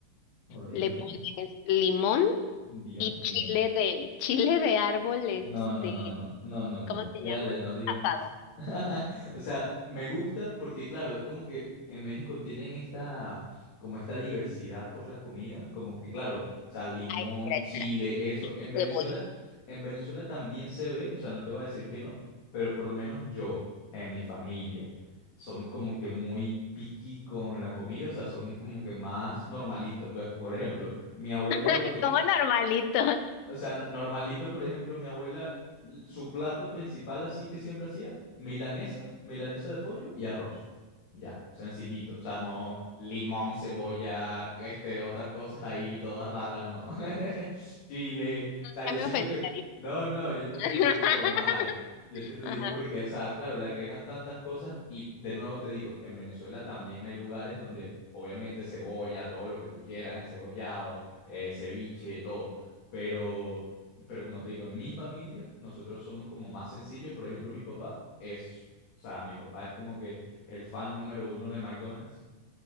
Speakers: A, on the left; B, on the left.
A: Orégano,
B: le pones limón
A: Dios
B: y
A: mío.
B: chile de <laughs> chile de árbol, este,
A: No, no, no, no, no, no, no,
B: ¿cómo
A: no,
B: se
A: ya,
B: llama?
A: ya no digas
B: Asado.
A: más. <laughs> O sea, me gusta porque, claro, es como que en México tienen esta, como esta diversidad por la comida, como que, claro, o sea, limón,
B: Ay, espera,
A: chile,
B: espera.
A: eso.
B: Y
A: En Venezuela,
B: cebolla.
A: en Venezuela también se ve, o sea, no te voy a decir que no, pero por lo menos yo, en mi familia, somos como que muy picky con la comida, o sea, somos como que más normalitos. Pues, por ejemplo, mi abuela
B: <laughs>
A: lo que,
B: Como normalito. Ajá,
A: o sea, no- normalito, por ejemplo, mi abuela, l- su plato principal así que siempre hacía, milanesa, milanesa de pollo y arroz. Ya, sencillito. O sea, no limón, cebolla, este, otras cosas ahí, todas raras, no. <laughs> Chile. O sea, yo
B: Ya me
A: siento
B: ofendí.
A: que... No, no, yo no
B: <laughs>
A: te lo digo por mal. Yo te lo
B: Ajá.
A: digo porque, o sea, claro, le agregan tantas cosas y de nuevo te digo, en Venezuela también hay lugares donde obviamente cebolla, todo lo que tú quieras, encebollado, eh, ceviche, todo. Pero, pero como te digo, en mi familia nosotros somos como más sencillos. Por ejemplo, mi papá es, o sea, mi papá es como que el fan número uno de McDonald's.